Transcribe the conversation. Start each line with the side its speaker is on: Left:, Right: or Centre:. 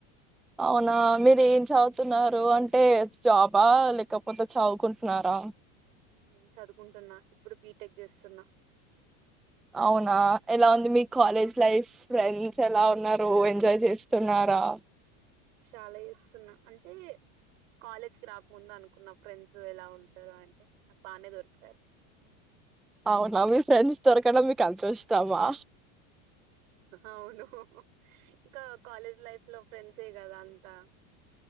Centre: అవునా మీరు ఏం చదువుతున్నారు అంటే జాబా లేకపోతే చదువుకుంటున్నారా
Right: నేను చదువుకుంటున్నా ఇప్పుడు బీట్ టెక్ జేస్తున్నా.
Centre: అవునా, ఎలా ఉంది మీ కాలేజ్. లైఫ్, ఫ్రెండ్స్ ఎలా ఉన్నారు ఎంజాయ్ జేస్తున్నారా.
Right: చాలా చేస్తున్నా, అంటే కాలేజ్ కి రాక్ముందు అనుకున్న, ఫ్రెండ్స్ ఎలా ఉంటారు అంటే, నాకు బానే దొరికారు.
Centre: అవునా, మీ ఫ్రెండ్స్ దొరకడం మీక్ అదృష్టమా.
Right: అవును. ఇంకా కాలేజ్ లైఫ్ లో, ఫ్రెండ్సే కదా అంతా.